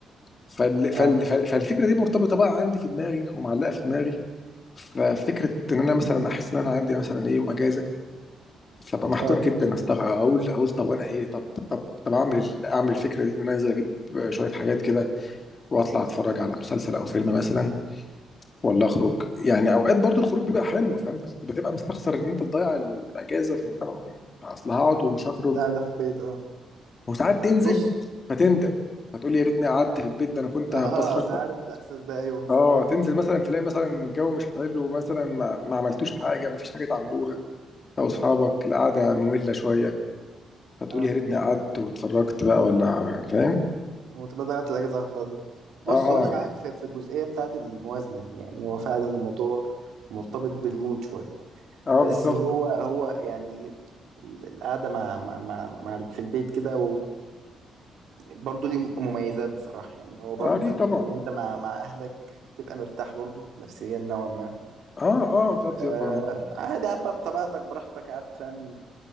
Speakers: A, on the left (about 30°); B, on the right (about 75°).
A: فال... فال...
B: اه
A: فال... فالفكره دي مرتبطه بقى عندي في دماغي ومعلقه في دماغي ففكره ان انا مثلا احس ان انا عندي مثلا ايه يوم اجازه فبقى محتار
B: اه
A: جدا استغ اقول اقول طب انا ايه طب طب طب اعمل ال- اعمل الفكره دي ان انا انزل اجيب شويه حاجات كده واطلع اتفرج على مسلسل او فيلم مثلا ولا اخرج يعني اوقات برضو الخروج بيبقى حلو فانت بتبقى مستخسر ان انت تضيع ال- الاجازه في ان انت م- اصل هقعد ومش هخرج
B: لا ده في البيت اه
A: وساعات تنزل
B: بص
A: فتندم فتقول يا ريتني قعدت في البيت ده انا كنت
B: <laughs> اه
A: هتبسط اكتر
B: انا عارف الإحساس ده ايوه
A: اه تنزل مثلا تلاقي مثلا الجو مش حلو مثلا ما, ما عملتوش حاجه ما فيش حاجه تعملوها او اصحابك القعده ممله شويه فتقول
B: اه
A: يا ريتني قعدت واتفرجت بقى ولا فاهم
B: وتبقى ضيعت الأجازة على الفاضي بص
A: اه
B: وانا معاك في, في الجزئية بتاعة الموازنة دي يعني هو فعلا الموضوع مرتبط بالمود شوية
A: اه
B: بس
A: بالظبط
B: هو هو يعني ال- القعدة مع مع مع, مع في البيت كده برضه ليه مميزات بصراحة يعني هو برضه
A: اه اكيد
B: فكرة
A: طبعا
B: إن أنت مع مع أهلك تبقى مرتاح برضه نفسيا نوعا ما
A: اه اه بتقضي
B: آه
A: بقى مع-
B: عادي قاعد بقى بطبيعتك براحتك قاعد فاهم